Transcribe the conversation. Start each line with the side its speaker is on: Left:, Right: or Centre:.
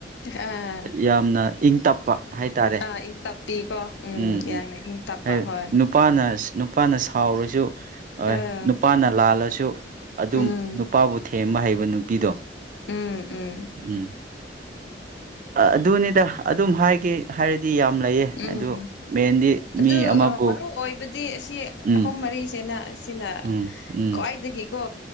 Left: ꯑꯥ
Right: ꯌꯥꯝꯅ ꯏꯪ ꯇꯞꯄ ꯍꯥꯏꯇꯥꯔꯦ
Left: ꯑꯥ ꯏꯪ ꯇꯞꯄꯤꯀꯣ ꯎꯝ
Right: ꯎꯝ-ꯍꯝ
Left: ꯌꯥꯡꯅ ꯏꯪ ꯇꯞꯄ
Right: ꯑꯩꯏ
Left: ꯍꯣꯏ
Right: ꯅꯨꯄꯥꯅ ꯅꯨꯄꯥꯅ ꯁꯥꯎꯔꯁꯨ ꯍꯣꯏ
Left: ꯑꯥ
Right: ꯅꯨꯄꯥꯅ ꯂꯥꯜꯂꯁꯨ ꯑꯗꯨꯝ
Left: ꯎꯝ
Right: ꯅꯨꯄꯥꯕꯨ ꯊꯦꯝꯕ ꯍꯩꯕ ꯅꯨꯄꯤꯗꯣ
Left: ꯎꯝ-ꯎꯝ
Right: ꯎꯝ ꯑꯗꯨꯅꯤꯗ ꯑꯗꯨꯝ ꯍꯥꯏꯒꯦ ꯍꯥꯏꯔꯗꯤ ꯌꯥꯝ ꯂꯩꯌꯦ
Left: ꯎꯝ
Right: ꯑꯗꯨ ꯃꯦꯟꯗꯤ
Left: ꯑꯗꯨ
Right: ꯃꯤ ꯑꯃꯕꯨ
Left: ꯃꯔꯨ ꯑꯣꯏꯕꯗꯤ ꯑꯁꯤ
Right: ꯎꯝ
Left: ꯑꯍꯨꯝ ꯃꯔꯤꯁꯤꯅ ꯑꯁꯤꯅ
Right: ꯎꯝ ꯎꯝ
Left: ꯈ꯭ꯋꯥꯏꯗꯒꯤꯀꯣ